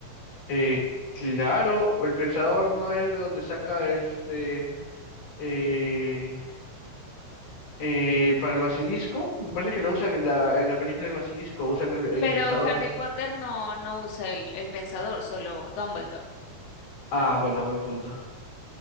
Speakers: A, on the left; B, on the left.
A: Eh, claro, el pensador no es de donde saca este... eh, eh, para el basilisco, me parece que lo usan en la, en la película El Basilisco, usan el, el
B: Pero
A: pensador.
B: Harry Potter no, no usa el, el Pensador, solo Dumbledore.
A: Ah, bueno, buen punto.